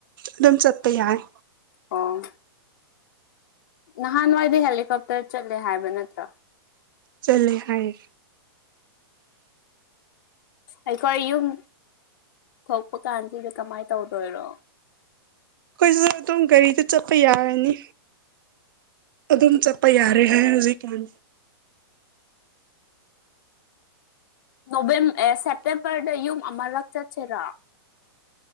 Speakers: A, on the right; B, on the left.
A: ꯑꯗꯨꯝ ꯆꯠꯄ ꯌꯥꯏ
B: ꯑꯣ ꯅꯍꯥꯟꯋꯥꯏꯗꯤ ꯍꯦꯂꯤꯀꯣꯞꯇꯔ ꯆꯠꯂꯦ ꯍꯥꯏꯕ ꯅꯠꯇ꯭ꯔꯥ
A: ꯆꯠꯂꯦ ꯍꯥꯏꯌꯦ
B: ꯑꯩꯈꯣꯏ ꯌꯨꯝ ꯊꯣꯛꯄ ꯀꯥꯟꯁꯤꯗ ꯀꯃꯥꯏꯅ ꯇꯧꯗꯣꯏꯔꯣ
A: ꯑꯩꯈꯣꯏꯁꯨ ꯑꯗꯨꯝ ꯒꯥꯔꯤꯗ ꯆꯠꯄ ꯌꯥꯔꯅꯤ ꯑꯗꯨꯝ ꯆꯠꯄ ꯌꯥꯔꯦ ꯍꯥꯏꯔ ꯍꯨꯖꯤꯛꯀꯤꯝ
B: ꯅꯣꯕꯦꯝ ꯑꯦ ꯁꯦꯞꯇꯦꯝꯕꯔꯗ ꯌꯨꯝ ꯑꯃꯔꯛ ꯆꯠꯁꯦꯔꯥ